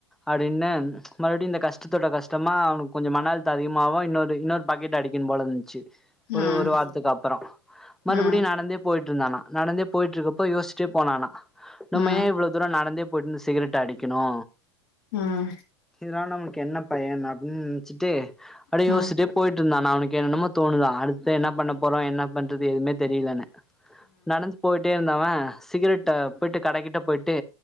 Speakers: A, in the centre; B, on the left.
A: அப்டின்னு ச்ச மறுப்டி இந்த கஷ்டத்தோட கஷ்டமா அவ்னுக் மன அழுத்தோ அதிகமாவு இன்னொரு இன்னொர் பாக்கெட்டு அடிக்கன் போல இருந்ச்சு
B: ம்
A: ஒரு
B: ம்
A: ஒரு வார்த்துக்கப்பறோ மறுபிடியு
B: ஆ
A: நடந்தே போயிட்ருக் இந்தானா நடந்தே போயிட்ருக்கப்போ யோஸ்ச்சுட்டே போனானா
B: ம் ம்
A: நம்ம ஏ இவ்ளோ தூரோ நடந்தேப் போய்ட்ந் <unintelligible> அடிக்கெனோ
B: அ அ
A: இதனால் நம்ளுக் என்ன பயன் அப்பின் சிட்டு அப்டே
B: ம் ம்
A: யோஸ்சிட்டே போய்ட்ருந்தானா அவுனுக் கெனனமோ தோணுதா அடுத்து என்னா பண்ண போறோ என்ன பண்றது எதுமே தெரிலன்னு நனஞ்சி போய்ட்டே இந்தவ <unintelligible> போய்ட்டு கடக்கிட்ட போய்ட்டு